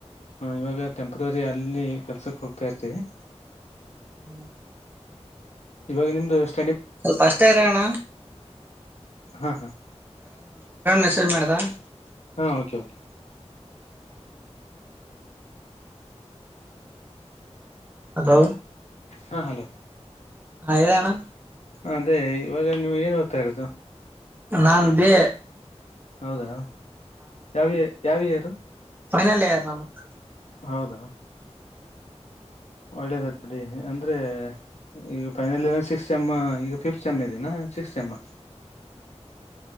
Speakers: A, on the left (about 75°); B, on the right (about 15°).
A: ಹಾಂ ಇವಾಗ ಟೆಂಪ್ರರಿ ಅಲ್ಲಿ ಕೆಸಕ್ ಹೋಗ್ತಾತಿ ತ್ತ
B: ಹ್ಮ್
A: ಇವಾಗ ನಿಮ್ದು ಎಷ್ಟ
B: ಪಸ್ಟ್ ರಣ
A: ಹಾ ಹಾ
B: ಮೆಸೇಜ್ ಮಾಡ್ದ
A: ಹಾ ಓಕೆ ಕೆ
B: ಹಲೋ
A: ಹಾ ಹಲೋ
B: ಹ ಡಣ
A: ಅದೇ ಇವಾಗ ನೀವು ಏನ್ ಓದ್ತಾ ಇರೋದು
B: ನಾ ಬ
A: ಹೌದಾ ಯಾವ ಯಾವ ಹ
B: ಫನಲ್ೇ ಆ ನ ನ
A: ಹೌದಾ ಒಳ್ಳೇದತ್ ಬಿಡಿ ಅಂದ್ರೆ ಈಗ ಫೈನಲ್ ಸಿಕ್ ಚೆಮ್ ಈಗ ಫಿಫ್ತ್ ಚೆಮ್ ಇದನಾ ಸಿಕ್ಸ್ಸೆಂಬರ್